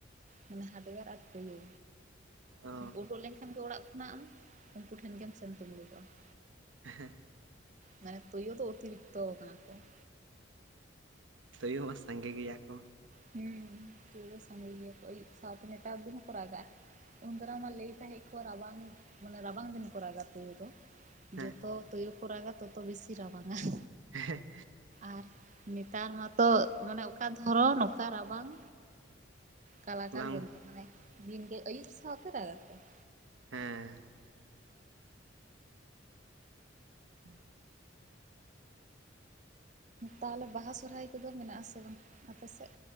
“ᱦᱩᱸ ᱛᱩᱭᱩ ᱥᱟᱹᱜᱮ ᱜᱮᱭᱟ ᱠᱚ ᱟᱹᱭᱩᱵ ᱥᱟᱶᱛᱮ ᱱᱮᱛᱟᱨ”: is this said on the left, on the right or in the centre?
Right